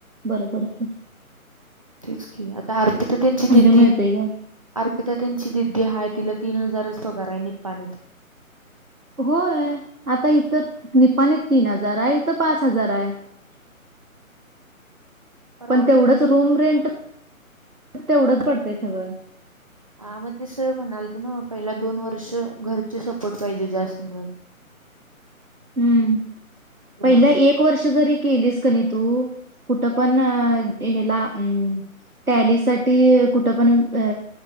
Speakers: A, on the right (about 80°); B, on the right (about 25°).
A: बर पडतंय.
B: तेच की आता अर्पिता तेंची दीदी,
A: मिळतंय गं.
B: अर्पिता त्यांची दीदी हाय तिला तीन हजारच पगार हाय निपाणीत.
A: होय आता इथं निपाणीत तीन हजार हाय इथं पाच हजार हाय. <inaudible>
B: परवडत
A: पण तेवढंच
B: नाही ते
A: रूम रेंट, तेवढंच पडतय सगळं.
B: हा मग ते सर म्हणालते नव पहिला दोन वर्ष घरचे सपोर्ट पाहिजे जास्त म्हणून.
A: हम्,
B: तुम्हाला
A: पहिला एक वर्ष जरी केलीस कणी तू कुठं पण अं हेला अ टॅली साठी कुठं पण अ